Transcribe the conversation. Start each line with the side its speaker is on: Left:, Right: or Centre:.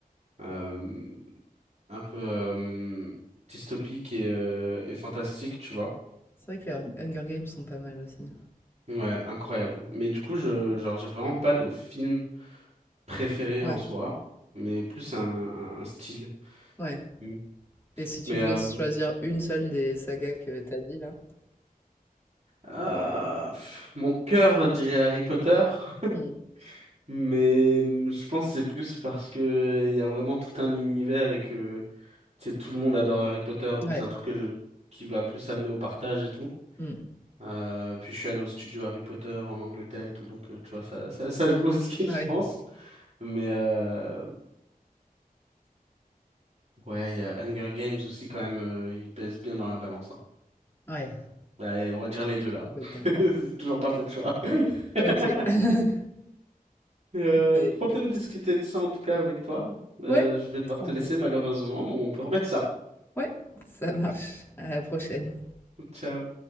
Right: euh, un peu euh, dystopiques et, euh, et fantastiques, tu vois.
Left: C'est vrai que les Hunger Games sont pas mal aussi.
Right: Ouais, incroyable. Mais du coup, je, genre, j'ai vraiment pas de film préféré
Left: Ouais,
Right: en soi, mais plus un, un, un style.
Left: ouais.
Right: Mm.
Left: Et si tu
Right: Mais
Left: devais
Right: euh,
Left: choisir une seule des sagas que t'as dit là?
Right: ah, pff, mon cœur dirait Harry Potter. <laughs>
Left: Hmm.
Right: Mais hum, je pense que c'est plus parce que il y a vraiment tout un univers et que tu sais, tout le monde adore Harry Potter, donc
Left: Ouais,
Right: c'est un truc que je- qui va plus amener au partage et tout.
Left: Hmm.
Right: Euh, puis je suis allé au studio Harry Potter en Angleterre et tout, donc euh, tu vois, ça, ça, ça joue <laughs> aussi,
Left: Ouais,
Right: je pense. Mais euh, ouais, il y a Hunger Games aussi quand même, euh, il pèse bien dans la balance. hein.
Left: ouais,
Right: Allez, on va dire les deux là.
Left: je comprends.
Right: <laughs> J'ai toujours pas fait de choix. <laughs>
Left: Ok. <laughs>
Right: Euh,
Left: Bah écoute.
Right: trop bien de discuter de ça en tout cas avec toi. Euh,
Left: Ouais, Euh,
Right: je vais devoir
Left: Trop
Right: te
Left: important.
Right: laisser malheureusement, mais on peut remettre ça.
Left: ouais, ça marche. À la prochaine.
Right: Ciao.